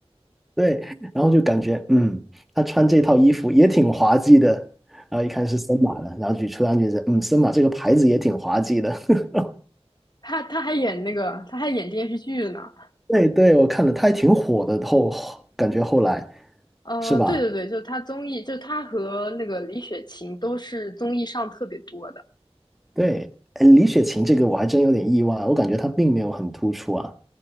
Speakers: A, in the centre; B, on the left (about 40°).
A: 对，然后就感觉，嗯，他穿这套衣服也挺滑稽的，然后一看是森马的，然后就突然觉得，嗯，森马这个牌子也挺滑稽的。<laughs>
B: 他他还演那个他还演电视剧呢。
A: 对对，我看了，他还挺火的，后感觉后来
B: 呃，
A: 是吧？
B: 对对对，就是他综艺，就他和那个李雪琴都是综艺上特别多的。
A: 对，哎李雪琴这个我还真有点意外，我感觉她并没有很突出啊。